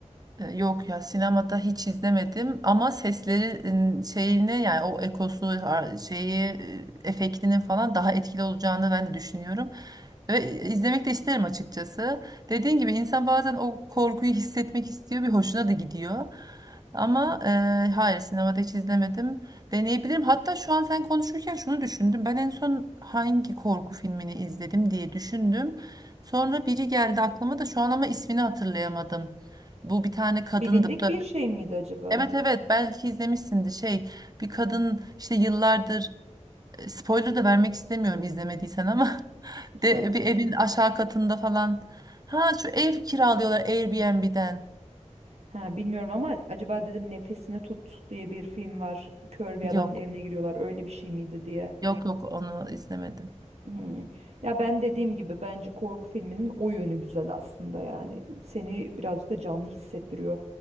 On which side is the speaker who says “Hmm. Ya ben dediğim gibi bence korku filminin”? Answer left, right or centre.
Right